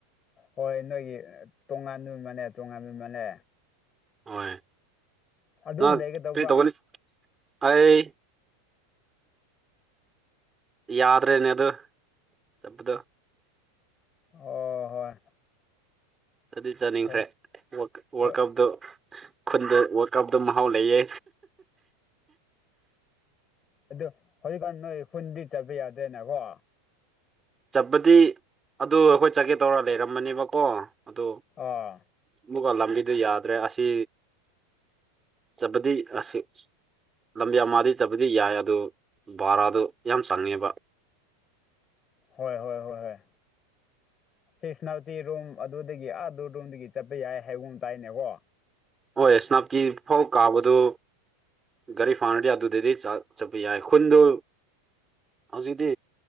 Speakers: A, on the left; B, on the right.
A: ꯍꯣꯏ ꯅꯣꯏꯒꯤ ꯇꯣꯉꯥꯟꯕ ꯃꯅꯦ ꯇꯣꯉꯥꯟꯕ ꯃꯅꯦ
B: ꯍꯣꯏ
A: ꯑꯗꯨꯝ
B: ꯅ
A: ꯂꯩꯒꯗꯧꯕ꯭ꯔꯥ
B: ꯇꯒ ꯑꯩ ꯌꯥꯗ꯭ꯔꯦꯅꯦ ꯑꯗꯨ ꯆꯠꯄꯥꯗꯨ
A: ꯑꯣ ꯍꯣꯏ
B: ꯑꯗꯨꯗꯤ ꯆꯥꯅꯤꯡꯈ꯭ꯔꯦ
A: ꯍꯣꯏ
B: ꯋꯥꯔꯜ
A: ꯍꯣꯏ
B: ꯀꯞꯇꯣ ꯈꯨꯟꯗ ꯋꯥꯔ ꯀꯞꯗ ꯃꯍꯥꯎ ꯂꯩꯌꯦ
A: ꯑꯗꯨ ꯍꯧꯖꯤꯛꯀꯥꯟ ꯅꯣꯏ ꯈꯨꯟꯗꯤ ꯆꯠꯄ ꯌꯥꯗ꯭ꯔꯦꯅꯀꯣ
B: ꯆꯠꯄꯗꯤ ꯑꯗꯨ ꯑꯩꯈꯣꯏ ꯆꯠꯀꯦ ꯇꯧꯔ ꯂꯩꯔꯝꯕꯅꯦꯕꯀꯣ ꯑꯗꯨ
A: ꯑꯥ
B: ꯑꯃꯨꯛꯀ ꯂꯝꯕꯤꯗ ꯌꯥꯗ꯭ꯔꯦ ꯑꯁꯤ ꯆꯠꯄꯗꯤ ꯑꯁꯤ ꯂꯝꯕꯤ ꯑꯃꯗꯤ ꯆꯠꯄꯗꯤ ꯌꯥꯏ ꯑꯗꯨ ꯕꯥꯔꯥꯗꯨ ꯌꯥꯝ ꯆꯪꯉꯦꯕ
A: ꯍꯣꯏ ꯍꯣꯏ ꯍꯣꯏ ꯍꯣꯏ ꯁꯤꯁꯅꯥꯇꯤ ꯔꯨꯝ ꯑꯗꯨꯗꯒꯤ ꯑꯥ ꯑꯗꯨ ꯔꯨꯝꯗꯒꯤ ꯆꯠꯄ ꯌꯥꯏ ꯍꯥꯏꯕꯨꯝ ꯑꯃ ꯇꯥꯏꯅꯦꯀꯣ
B: ꯍꯣꯏ ꯏꯁꯅꯥꯞꯀꯤ ꯐꯧ ꯀꯥꯕꯗꯨ ꯒꯥꯔꯤ ꯐꯥꯅꯔꯗꯤ ꯑꯗꯨꯗꯗꯤ ꯆꯠꯄ ꯌꯥꯏ ꯈꯨꯟꯗꯨ ꯍꯧꯖꯤꯛꯇꯤ